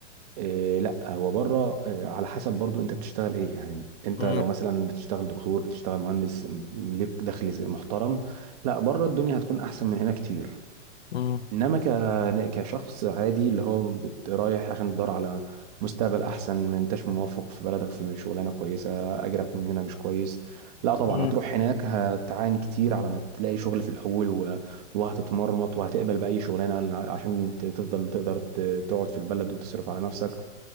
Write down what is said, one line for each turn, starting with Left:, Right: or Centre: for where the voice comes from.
Right: إيه لا هو بره إيه على حسب برضو أنت بتشتغل إيه يعني أنت
Left: مم.
Right: لو مثلا بتشتغل دكتور بتشتغل مهندس م- ليك دخل محترم لا بره الدنيا هتكون أحسن من هنا كتير
Left: مم.
Right: انما ك... كشخص عادي اللي هو بت- رايح عشان تدور على مستقبل احسن ما انتش موفق في بلدك في شغلانه كويسه اجرك من هنا مش كويس لا طبعا
Left: مم.
Right: هتروح هناك هتعاني كتير على ما تلاقي شغل في الاول و... وهتتمرمط وهتقبل باي شغلانه عشان ت- تفضل تقدر ت- تقعد في البلد وتصرف على نفسك